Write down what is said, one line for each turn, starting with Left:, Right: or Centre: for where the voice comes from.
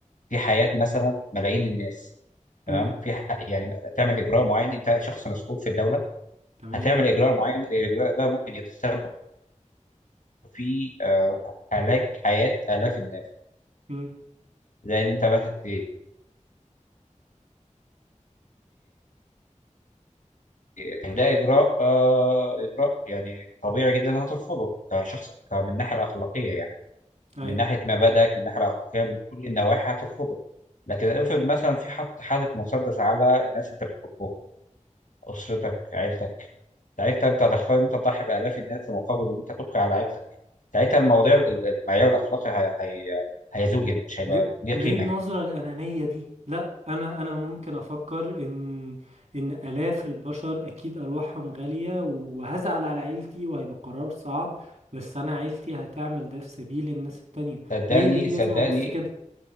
Left: في حياة مثلا ملايين الناس تمام
Right: امم
Left: في ح... يعني تعمل إجراء معين أنت شخص مسؤول في الدولة
Right: تمام
Left: هتعمل إجراء معين الإجراء ده ممكن يتسبب في آه، هلاك حياة آلاف الناس
Right: امم
Left: زي إن أنت مثلا ت- ت- ده إجراء آه، إجراء يعني طبيعي جدا هترفضه كشخص من الناحية الأخلاقية يعني
Right: ايوه
Left: من ناحيه مبادئك من الناحيه الاخلاقيه من كل النواحي هترفضه لكن افرض مثلا في حط حاطط مسدس على الناس انت بتحبهم اسرتك عيلتك ساعتها انت هتختار إن انت تضحي بالاف الناس في مقابل ان انت تبقي على عيلتك ساعتها المواضيع ال- ال- المعيار الاخلاقي هي... هي... هيزول هنا مش هيبقى
Right: ليه
Left: ليه
Right: ليه
Left: قيمه
Right: النظرة
Left: هنا
Right: الأنانية دي لا انا انا ممكن افكر ان ان آلاف البشر اكيد ارواحهم غالية وهزعل على عيلتي وهيبقى قرار صعب بس انا عيلتي هتعمل ده في سبيل الناس التانية
Left: صدقني
Right: ليه ليه لازم
Left: صدقني
Right: ابص كده